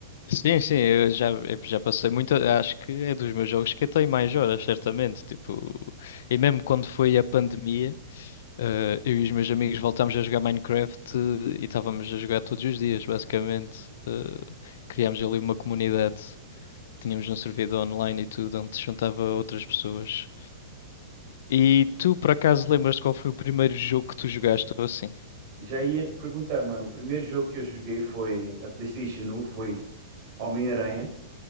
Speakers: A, on the left (about 55°); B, on the right (about 35°).
A: Sim, sim, eu já, eu já passei muito. Acho que é dos meus jogos que eu tenho mais horas, certamente. Tipo, e mesmo quando foi a pandemia. Eh, eu e os meus amigos voltámos a jogar Minecraft eh, e estávamos a jogar todos os dias, basicamente. Eh, criámos ali uma comunidade, tínhamos um servidor online e tudo, onde se juntava outras pessoas. E tu, por acaso, lembras-te qual foi o primeiro jogo que tu jogaste ou assim?
B: Já ia te perguntar, mano, o primeiro jogo que eu joguei foi na PlayStation 1, foi Homem-Aranha.